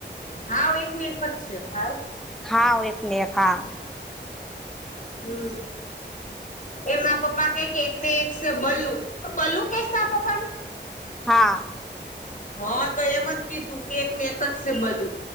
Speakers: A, on the left; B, in the centre.
A: હાવ એક ને એક જ છે હાવ
B: હા એકને એક હા
A: હમ્મ એમાં પપ્પા ક કે એક ને એક બલ્લુ બલ્લુ કે આ પપ્પા ને
B: હા
A: હા તો એમ જ કીધું કેક ને એક જ છે બલું